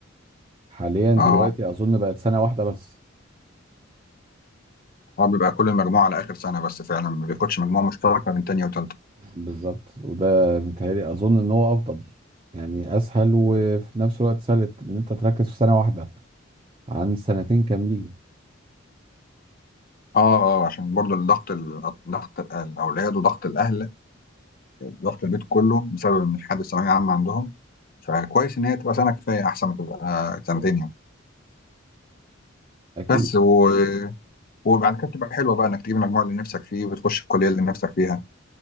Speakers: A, on the right; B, on the left.
A: حاليا دلوقتي
B: اه
A: أظن بقت سنة واحدة بس
B: اه بيبقى كل المجموعه على اخر سنه بس فعلا ما بياخدش مجموعه مشتركه بين تانية وتالتة
A: بالظبط وده متهيألي أظن إن هو أفضل يعني أسهل وفي نفس الوقت سهل إن أنت تركز في سنة واحدة عن سنتين كاملين
B: اه اه عشان برضه الضغط ال- ضغط ال- الاولاد وضغط الاهل ضغط البيت كله بسبب ان في حد ثانويه عامه عندهم فكويس ان هي تبقى سنه كفايه احسن ما تبقى سنتين يعني
A: أكيد
B: بس و... وبعد كده بتبقى حلوه بقى انك تجيب المجموع اللي نفسك فيه وتخش الكليه اللي نفسك فيها